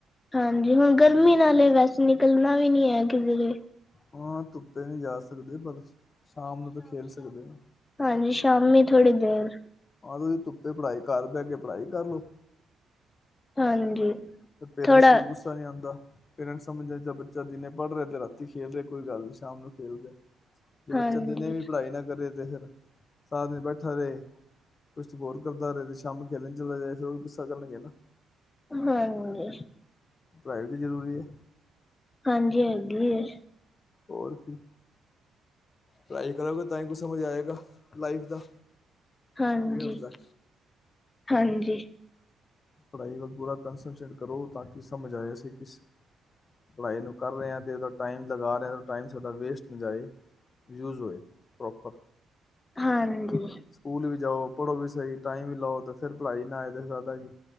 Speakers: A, on the left; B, on the left.
A: ਹਾਂਜੀ। ਹੁਣ ਗਰਮੀ ਨਾਲੇ ਵੈਸੇ ਨਿਕਲਣਾ ਵੀ ਨੀ ਹੈ ਕਿਸੇ ਦੇ।
B: ਹਾਂ ਤੁੁੱਪੇ ਨਹੀਂ ਜਾ ਸਕਦੇ ਪਰ ਸ਼ਾਮ ਨੂੰ ਤ ਖੇਲ ਸਕਦੇ ਹੋ।
A: ਹਾਂਜੀ ਸ਼ਾਮੀ ਥੋੜੀ ਦੇਰ।
B: ਆਂ ਤੁਸੀ ਤੁੁੱਪੇ ਪੜ੍ਹਾਈ ਕਰ ਬੈ ਕੇ ਪੜ੍ਹਾਈ ਕਰ ਲਓ।
A: ਹਾਂਜੀ।
B: ਫਿਰ ਪੇਰੈਂਟਸ
A: ਥੋੜਾ
B: ਨੂੰ ਗੁੱਸਾ ਨਹੀਂ ਆਉਂਦਾ। ਪੇਰੈਂਟ ਸਮਝ ਆ ਬੱਚਾ ਦਿਨੇ ਪੜ੍ਹ ਰਿਹਾ ਤੇ। ਰਾਤੀ ਖੇਲ ਰਿਹਾ। ਕੋਈ ਗੱਲ ਨੀ ਸ਼ਾਮ ਨੂੰ ਖੇਲ ਰਿਹਾ। ਜੇ
A: ਹਾਂਜੀ
B: ਬੱਚਾ ਦਿਨੇ ਵੀ ਪੜ੍ਹਾਈ ਨਾ ਕਰੇ। ਫਿਰ ਸਾਰਾ ਦਿਨ ਬੈਠਾ ਰਹੇ। ਕੁਛ ਤੇ ਹੋੋਰ ਕਰਦਾ। ਤੇ ਸ਼ਾਮ ਖੇਲਣ ਚੱਲ ਜਾਏ। ਫਿਰ ਉਹ ਵੀ ਗੁੱਸਾ ਕਰਨ ਲੱਗੇ ਨਾ।
A: ਹਾਂਜੀ।
B: ਪੜ੍ਹਾਈ ਜ਼ਰੂਰੀ ਐ।
A: ਹਾਂਜੀ ਹੈਗੀ ਐ।
B: ਹੋਰ ਕੀ, ਪੜਾਈ ਕਰੋਗੇ ਤਾਂ ਹੀ ਕੁ ਸਮਝ ਆਏਗਾ, ਲਾਈਫ ਦਾ।
A: ਹਾਂਜੀ।
B: ਕਿਵੇਂ ਹੁੰਦਾ
A: ਹਾਂਜੀ।
B: ਪੜ੍ਹਾਈ ਵੱਲ ਪੂਰਾ ਕੰਨਸੰਨਟਰੇਟ ਕਰੋ, ਤਾਂ ਕਿ ਸਮਝ ਆਏ ਅਸੀਂ ਕਿਸ ਪੜ੍ਹਾਈ ਨੂੰ ਕਰ ਰਹੇ ਆਂ, ਤੇ ਏਦਾ ਟਾਈਮ ਲਗਾ ਰਹੇ ਹਾਂ ਤਾਂ ਟਾਈਮ ਸਾਡਾ ਵੇਸਟ ਨਾ ਜਾਏ, ਯੂਜ਼ ਹੋਏ, ਪ੍ਰੋਪਰ।
A: ਹਾਂਜੀ।
B: ਸਕੂਲ ਵੀ ਜਾਓ। ਪੜ੍ਹੋ ਵੀ ਸਹੀ, ਟਾਈਮ ਵੀ ਲਾਓ, ਤੇ ਫਿਰ ਪੜਾਈ ਨਾ ਆਏ ਤੇ ਫੈਦਾ ਕੀ।